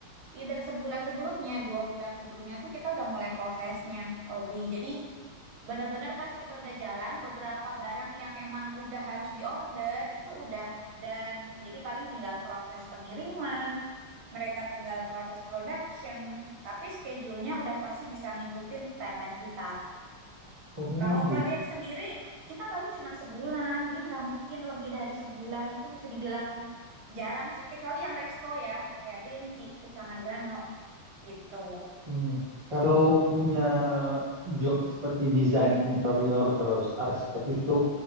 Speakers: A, on the right (about 70°); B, on the right (about 45°).
A: either sebulan sebelumnya, dua bulan sebelumnya tuh kita udah mulai prosesnya, Robi. Jadi benar-benar pas kita udah jalan, beberapa barang yang emang udah harus diorder itu udah dan jadi paling tinggal proses pengiriman mereka tinggal proses production, tapi schedule-nya udah pasti bisa ngikutin timeline kita.
B: Oh,
A: Kalau
B: gitu.
A: proyek sendiri, kita paling cuma sebulan, jadi nggak mungkin lebih dari sebulan itu bisa dibilang jarang sih, kecuali yang resto ya, kayak Genki, Kecamar Gano, gitu.
B: Hmm. Kalau punya job seperti desain interior terus arsitek itu